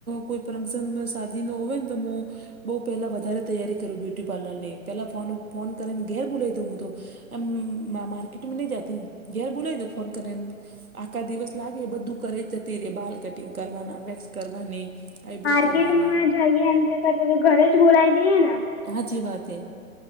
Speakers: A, on the right; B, on the left.
A: કોઈ ફંકશન માં શાદી ન હોયને તો મો બઉ પેલા વધારે તૈયારી કરું બ્યુટી પાર્લર ની પેલા ફોન ફોન કરીને ઘેર બોલાઈ દઉ હું તો માં માર્કેટમાં નહી જતી ઘેર બોલા તું ફોન કરી આખા દિવસ લાગે બધું કરે જતી રે બાલ કટિંગ કરવાના વેક્સ કરવાની આઈબ્રો
B: માર્કેટ
A: કરવાની
B: માં જઈએ એમ કરતા તો ઘરે જ બોલાવી દઈએ ને
A: હાચી વાત હ